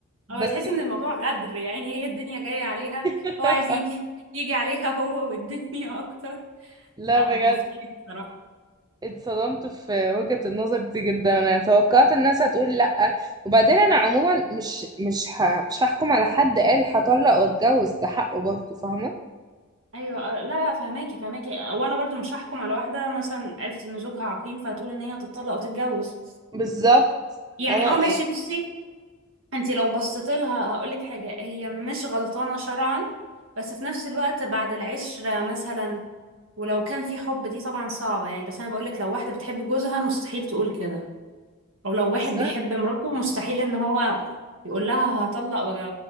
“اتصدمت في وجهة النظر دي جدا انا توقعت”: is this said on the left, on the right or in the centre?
Right